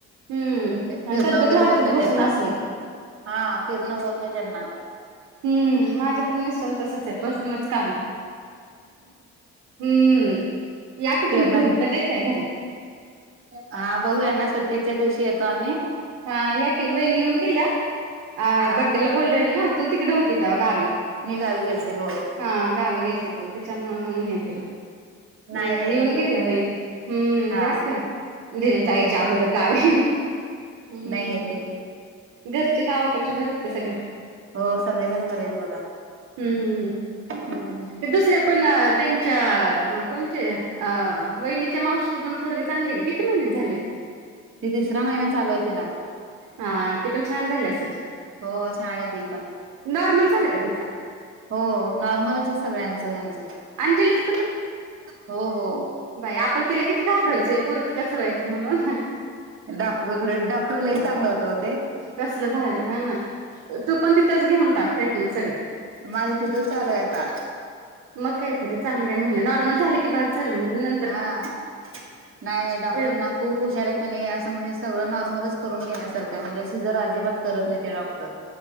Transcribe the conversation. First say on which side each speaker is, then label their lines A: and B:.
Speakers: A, on the right; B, on the right.
A: हम्म आणि
B: फिरणं
A: तब्येत
B: वगैरे
A: वाढतात
B: होत नाही
A: बसून
B: त्यांना,,
A: असलं की
B: हा फिरणं होत नाही त्यांना.
A: हम्म,, माझ्या पण मिस्टर तसंच आहे,, बसूनच काम हाय,, हम्म या की
B: फिरणं
A: तुम्ही घरी कधी येताय घरी?
B: हा बघुया ना सुट्टीच्या दिवशी येतो आम्ही.
A: हा या की वयणी येऊन गेल्या,
B: हा
A: बड्डेला बोलवलेलं ना. तू तिकड होती तवा गावी.
B: मी गावी गेलते हो
A: हा गावी गेलती तु त्याच्यामुळ मग नाही दिलं.
B: नाही
A: मग
B: नाही
A: येऊन
B: येतो
A: गेल्या
B: की
A: वहिणी, हम्म
B: हा
A: या काय. दिल
B: हो
A: जायच्या
B: हो
A: अगोदर गावी. हमं
B: नाही येते की
A: घरचे गावाकडचे बरेत का सगळे?
B: हो सगळेजण बरेत बघा.
A: हम्म हम् हमं,
B: हम्म
A: ते दुसऱ्या पण त्यांच्या मग कोणचे अ वहिनीच्या मावशीची पण पोरगी चांगलय का, किती महिन्याची झाले ते?
B: ती तिसरा महिना चालू आहे तिला.
A: हा ती पण छान झाली असल,
B: हो छान आहे ती पण
A: नॉर्मल झालं का तिचं?
B: हो हो हो नॉर्मलचय सगळ्यांचं ह्यांचं,
A: अंजलीच
B: हो हो
A: बया आपण तिला किती घाबरावचो, या पुरीचं कसं व्हायचं म्हणून.
B: डॉक्टर लय डॉक्टर लय चांगलं होतं ओ ते.
A: कसलं भारी हाय ना, तू पण तिथच घेऊन टाक ट्रीटमेंट सगळी.
B: माझं तिथेच चालूय आता.
A: मग काय तर चांगलंय म्हणलं, नॉर्मल झालं की बास झालं मग नं
B: हा, नाही डॉक्टरना
A: पण
B: खूप हुशार येत. आणि असं म्हणजे सगळं नॉर्मलच करून गेल्यासारखंय म्हणजे सिजर अजिबात करत नाही ते डॉक्टर.